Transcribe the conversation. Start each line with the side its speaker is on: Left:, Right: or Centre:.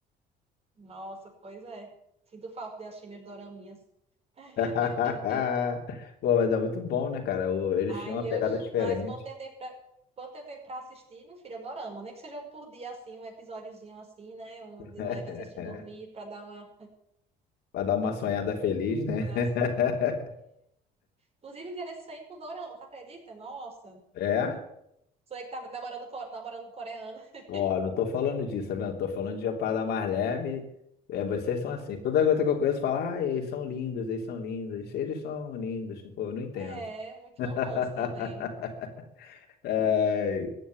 Right: Nossa, pois é. Sinto falta de assistir minhas doraminhas. <laughs>
Left: <laughs> Pô, mas é muito bom, né, cara? O- Eles
Right: Aí,
Left: têm uma pegada
Right: eu,
Left: diferente.
Right: mas quando tem tempo pra, quando tem tempo pra assistir, meu filho, adoramos. Nem que seja um por dia, assim, um episódiozinho assim, né? Um
Left: <laughs>
Right: de leve, assim, antes de dormir, pra dar uma
Left: Pra dar uma sonhada feliz, né?
Right: coisa
Left: <laughs>
Right: assim. Inclusive, um dia desse aí com dorama, você acredita? Nossa.
Left: É?
Right: Sou eu que tava namorando, co- namorando coreana. <laughs>
Left: Ó, não tô falando disso, tá vendo? Tô falando de uma parada mais leve. É, vocês são assim. Toda gota que eu conheço fala, ah, eles são lindos, eles são lindos, eles são lindos. Pô, eu não entendo.
Right: É, muito romance também.
Left: <laughs> Ai.